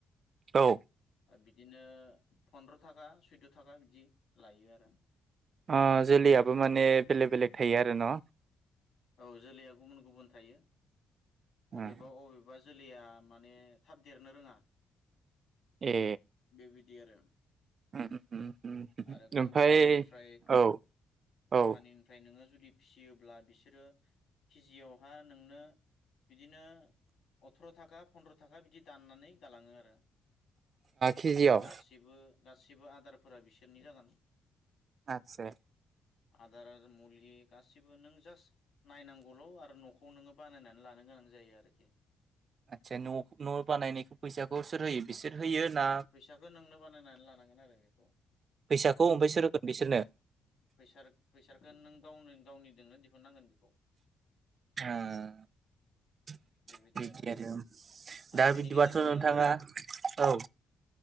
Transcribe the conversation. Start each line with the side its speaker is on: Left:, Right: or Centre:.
Right: औ
Left: ओ बिदिनो फनद्र थाखा सैद थाखा बिदि लायो आरो।
Right: ओ जोलैयाबो माने बेलेग बेलेक थायो आरो न'।
Left: औ जोलैया गुबुन गुबुन थायो।
Right: ओ
Left: अबेबा अबेबा जोलैया माने थाब देरनो रोङा।
Right: ए
Left: बेबायदि आरो‌।
Right: उम उम उम उम
Left: आरो कम्पनिनिफ्राय
Right: ओमफ्राय
Left: कम्पानिनिफ्राय
Right: औ ओ
Left: नोंङो जुदि फियोब्ला बिसोरो केजियावहा नोंनो बिदिनो अथ्र थाखा फन्द्र थाखा बिदि दाननानै गालाङो आरो।
Right: केजियाव
Left: गासिबो गासिबो आदारफोरा बिसोरनि जागोन।
Right: आथसे
Left: आदार आरो मुलि गासिबो नों जास्ट नायनांगौल आरो नखौ नोंङो बानायनानै लानो गोनां जायो आरोखि।
Right: आदसा न' न' बानायनायखौ फैसाखौ सोर होयो? बिसोर होयो ना
Left: फैसाखौ नोंनो बानायनानै लानांगोन आरो बेखौ
Right: फैसाखौ
Left: न'खौ।
Right: ओमफ्राय सोर होगोन बिसोरनो
Left: फैसार फैसारखौ नों गावनो गावनिजोंनो दिहुननांगोन बेखौ।
Right: उम <unintelligible>
Left: बेबायदि आरो आरो
Right: दा
Left: बेनि
Right: बिदिबाथ
Left: गेजेरावनो
Right: नोंथाङा औ